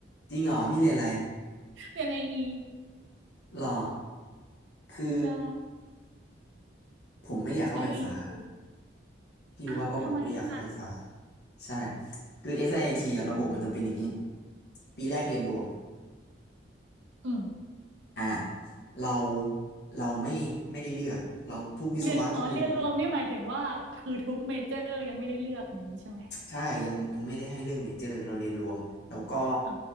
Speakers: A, on the left (about 60°); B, on the right (about 80°).
A: จริงเหรอพี่เรียนอะไร
B: <laughs> เรียนไออี
A: หรอคือ
B: ใช่
A: ผมไม่ได้อยากเข้าไฟฟ้า
B: ไอ
A: พี่รู้ว่าเพราะผมไม่อยากเข้าไฟฟ้า
B: อ้าวทำไมอ่ะ
A: ใช่คือ SIT อสไอทีอะระบบมันจะเป็นอย่างนี้ปีแรกเรียนรวม
B: อืม
A: อ่าเราเราไม่ไม่ได้เลือกเราทุกวิศวะต้องเรียนรวม
B: เรียนอ๋อเรียนรวมนี่หมายถึงว่าคือทุกเมเจอร์ยังไม่ได้เลือกอย่างนี้ใช่ไหม
A: ใช่ยังยังไม่ได้ให้เรื่องเมเจอร์เราเรียนรวมแล้วก็
B: อ๋อ